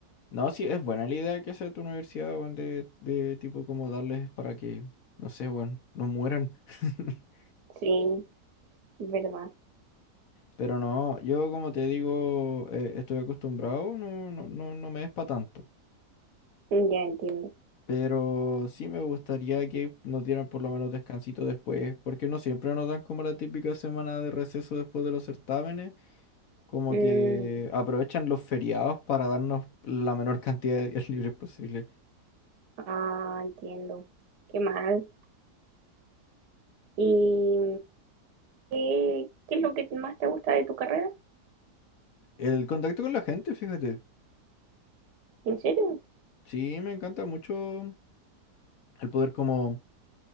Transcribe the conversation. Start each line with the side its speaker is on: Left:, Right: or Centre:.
Left: No, sí, es buena la idea que hace tu universidad, weón, de, de tipo como darles para que, no sé, weón, no mueran. <laughs>
Right: Sí, verdad,
Left: Pero no, yo como te digo, eh, estoy acostumbrado, no, no, no, no me es para tanto.
Right: Mm, ya entiendo.
Left: Pero sí me gustaría que nos dieran por lo menos descansito después, porque no siempre nos dan como la típica semana de receso después de los certámenes, como
Right: Mm,
Left: que aprovechan los feriados para darnos la menor cantidad de días <laughs> libres posible.
Right: ah, entiendo. Qué mal. ¿Y qué, qué es lo que más te gusta de tu carrera?
Left: El contacto con la gente, fíjate.
Right: ¿En serio?
Left: Sí, me encanta mucho el poder como